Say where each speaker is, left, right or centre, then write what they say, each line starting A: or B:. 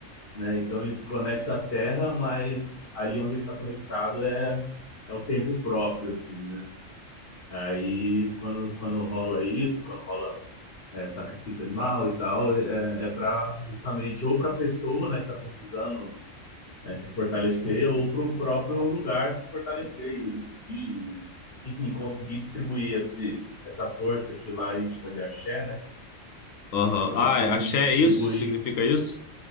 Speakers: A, on the left; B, on the left.
A: né? Então ele se conecta à Terra, mas ali onde ele está conectado é, é o tempo próprio, assim, né? Aí quando, quando rola isso, quando rola é, sacrifício animal e tal, é, é para justamente ou para a pessoa, né, que está precisando né, se fortalecer, ou para o próprio lugar se fortalecer e, e, enfim, conseguir distribuir esse, essa força que lá a gente chama de axé, né?
B: Aham.
A: É é
B: Ah,
A: a forma
B: axé
A: de distribuir
B: é isso? Significa isso?